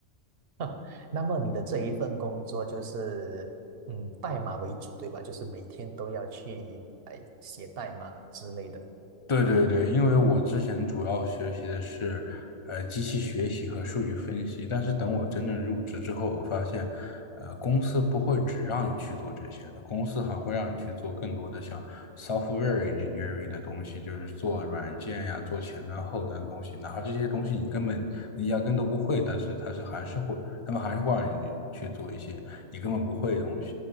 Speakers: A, on the right; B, on the left.
A: <laughs> 那么你的这一份工作就是，嗯，代码为主，对吧？就是每天都要去哎写代码之类的。
B: 对对对，因为我之前主要学习的是呃机器学习和数据分析，但是等我真正入职之后，我发现，呃，公司不会只让你去做这些的，公司还会让你去做更多的像 software engineering 的东西，就是做软件呀、做前端、后端东西，哪怕这些东西你根本你压根都不会，但是它是还是会，他们还是会让你去做一些你根本不会的东西，